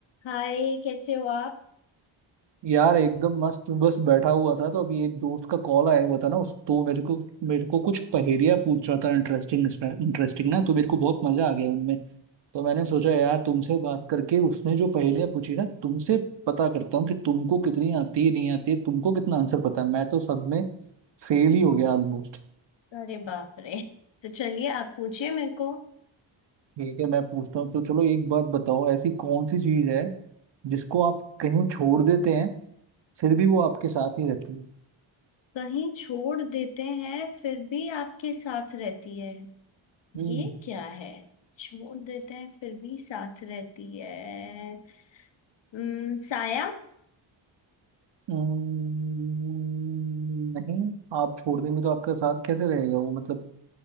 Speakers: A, on the left; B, on the right.
A: हाय कैसे हो आप
B: यार एकदम मस्त हूँ, बस बैठा हुआ था तो अभी एक दोस्त का कॉल आया हुआ था ना उस तो मेरे को मेरे को कुछ पहेलियाँ पूछ रहा था इंटरेस्टिंग इंटरेस्टिंग ना तो मेरे को बहुत मजा आ गया उनमें तो मैंने सोचा यार तुमसे बात करके उसने जो पहेलियाँ पूछी ना तुमसे पता करता हूँ कि तुमको कितनी आती है नहीं आती है तुमको कितना आंसर पता है मैं तो सब में फेल ही हो गया ऑलमोस्ट
A: अरे बाप रे तो चलिए आप पूछिए मेरे को
B: ठीक है मैं पूछता हूँ तो चलो एक बात बताओ ऐसी कौन सी चीज है जिसको आप कहीं छोड़ देते हैं फिर भी वो आपके साथ ही रहती है
A: कहीं छोड़ देते हैं फिर भी आपके साथ रहती है
B: हम्म
A: ये क्या है छोड़ देते हैं फिर भी साथ रहती है उम, साया
B: हम्म, नहीं आप छोड़ देंगे तो आपके साथ कैसे रहेगा वो मतलब